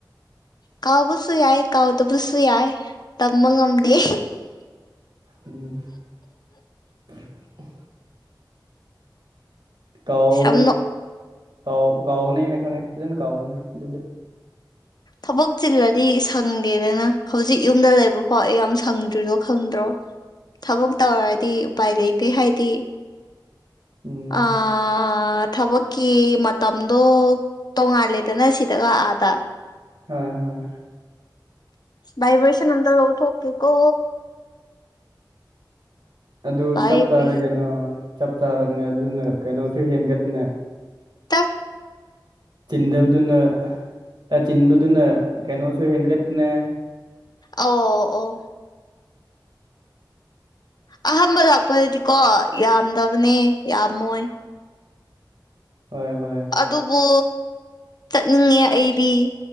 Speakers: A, on the left (about 60°); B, on the right (about 75°).
A: ꯀꯥꯎꯕꯁꯨ ꯌꯥꯏ ꯀꯥꯎꯗꯕꯁꯨ ꯌꯥꯏ ꯇꯝꯕ ꯉꯝꯗꯦ
B: ꯎꯝ <inaudible> <unintelligible> ꯀꯥꯎ
A: ꯌꯥꯝ ꯅꯣꯛ
B: ꯀꯥꯎ ꯀꯥꯎꯅꯦ ꯑꯩꯅ ꯈꯪꯉꯦ ꯐꯖꯅ ꯀꯥꯎꯔꯅꯦ ꯑꯗꯨꯗ
A: ꯊꯕꯛ ꯆꯤꯜꯂꯗꯤ ꯁꯪꯗꯦꯗꯅ ꯍꯧꯖꯤꯛ ꯌꯨꯝꯗ ꯂꯩꯕ ꯐꯥꯎ ꯑꯩ ꯌꯥꯝ ꯁꯪꯗ꯭ꯔꯤꯗꯣ ꯈꯪꯗ꯭ꯔꯣ ꯊꯕꯛ ꯇꯧꯔꯗꯤ ꯎꯄꯥꯏ ꯂꯩꯇꯦ ꯍꯥꯏꯗꯤ
B: ꯎꯝ
A: ꯑ ꯊꯕꯛꯀꯤ ꯃꯇꯝꯗꯣ ꯇꯣꯡꯉꯥꯜꯂꯦꯗꯅ ꯁꯤꯗ ꯑꯗ
B: ꯍꯣꯏ ꯍꯣꯏ
A: ꯚꯥꯏꯕ꯭ꯔꯦꯁꯟ ꯑꯝꯇ ꯂꯧꯊꯣꯛꯀꯦꯀꯣ
B: ꯑꯗꯨ
A: ꯚꯥꯏꯕ꯭ꯔꯦ
B: ꯆꯞ ꯆꯥꯔꯦ ꯀꯩꯅꯣ ꯆꯞ ꯆꯥꯔꯕꯅꯦ ꯑꯗꯨꯅ ꯀꯩꯅꯣꯁꯨ ꯍꯦꯟꯒꯠꯅꯦ
A: ꯇꯞ
B: ꯆꯤꯟꯗꯕꯗꯨꯅ ꯆꯤꯟꯕꯗꯨꯅ ꯀꯩꯅꯣꯁꯨ ꯍꯦꯟꯒꯠꯄꯅꯦ
A: ꯑꯣ ꯑꯣ ꯑꯍꯥꯟꯕ ꯂꯥꯛꯄꯗꯗꯤꯀꯣ ꯌꯥꯝꯗꯕꯅꯦ ꯌꯥꯝꯃꯣꯏ
B: ꯍꯣꯏ ꯍꯣꯏ
A: ꯑꯗꯨꯕꯨ ꯆꯠꯅꯤꯡꯉꯦ ꯑꯩꯗꯤ